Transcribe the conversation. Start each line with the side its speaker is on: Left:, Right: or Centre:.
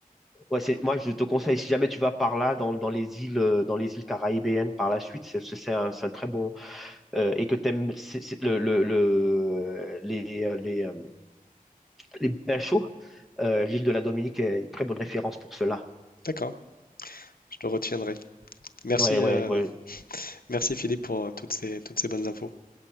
Centre: Ouais, c'est, moi, je te conseille, si jamais tu vas par là, dans, dans les îles, euh, dans les îles caraïbéennes par la suite, c'est c'est- c'est un, c'est un très bon. euh, et que tu aimes le, le- le- les, euh, les, euh, les bains chauds, euh, l'île de la Dominique est une très bonne référence pour cela.
Left: d'accord, je le retiendrai. Merci,
Centre: Ouais, ouais,
Left: euh,
Centre: ouais.
Left: merci Philippe pour euh, toutes ces, toutes ces bonnes infos.